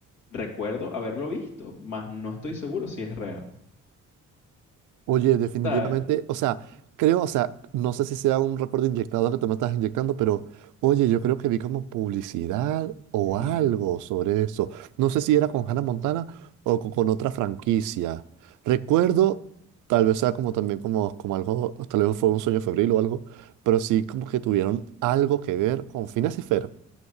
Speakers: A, on the left; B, on the right.
A: Recuerdo haberlo visto, mas no estoy seguro si es real.
B: Oye, definitivamente,
A: O sea,
B: o sea, creo, o sea, no sé si sea un recuerdo inyectado que tú me estás inyectando, pero oye, yo creo que vi como publicidad o
A: <laughs>
B: algo sobre eso. No sé si era con Hannah Montana o co- con, otra franquicia. Recuerdo, tal vez sea como también como, como algo, tal vez fue un sueño febril o algo, pero sí como que tuvieron algo que ver con Phineas y Ferb.